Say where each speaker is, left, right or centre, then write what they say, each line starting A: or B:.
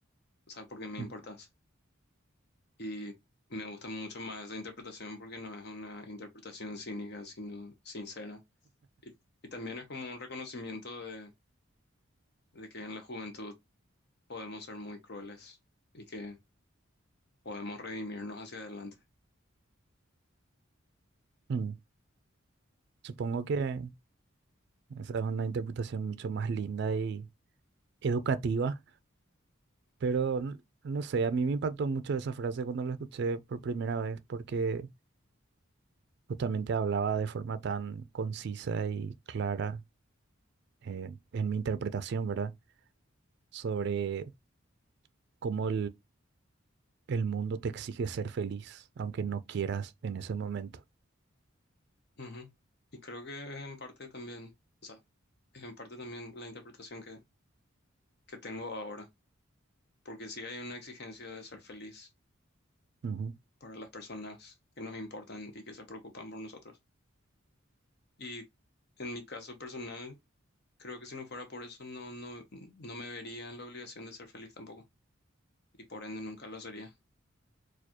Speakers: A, on the left; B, on the right.
A: o sea, porque me
B: mm,
A: importas. Y me gusta mucho más esa interpretación porque no es una interpretación cínica, sino sincera. Y, y también es como un reconocimiento de, de que en la juventud podemos ser muy crueles y que podemos redimirnos hacia adelante.
B: mm. Supongo que esa es una interpretación mucho más linda y educativa, pero n- no sé, a mí me impactó mucho esa frase cuando la escuché por primera vez porque justamente hablaba de forma tan concisa y clara eh, en mi interpretación, ¿verdad? Sobre cómo El mundo te exige ser feliz, aunque no quieras en ese momento.
A: Ujú, ujú. Y creo que es en parte también, o sea, es en parte también la interpretación que, que tengo ahora, porque sí hay una exigencia de ser feliz
B: Ujú.
A: para las personas que nos importan y que se preocupan por nosotros. Y en mi caso personal, creo que si no fuera por eso, no, no, no me vería en la obligación de ser feliz tampoco. Y por ende nunca lo sería.